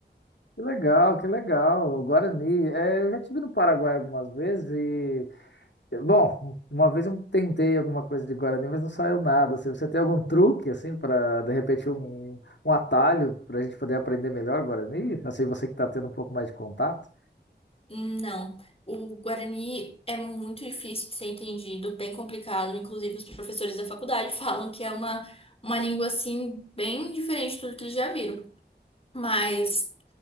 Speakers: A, on the left; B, on the left.
A: Que legal, que legal. O Guarani. É, eu já estive no Paraguai algumas vezes Bom, uma vez eu tentei alguma coisa de Guarani, mas não saiu nada. Assim, você tem algum truque, assim, para, de repente, um, um atalho para a gente poder aprender melhor Guarani? Assim, você que está tendo um pouco mais de contato.
B: Não. O guarani é muito difícil de ser entendido, bem complicado. Inclusive, os professores da faculdade <laughs> falam que é uma, uma língua assim, bem diferente de tudo que eles já viram. Mas.